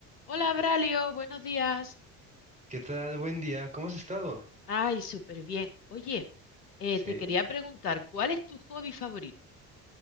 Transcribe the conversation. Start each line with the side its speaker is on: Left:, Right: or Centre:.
Left: Hola, Bralio, buenos días.
Right: ¿Qué tal? Buen día. ¿Cómo has estado?
Left: Ay, súper bien. Oye, eh,
Right: Sí.
Left: te quería preguntar, ¿cuál es tu hobby favorito?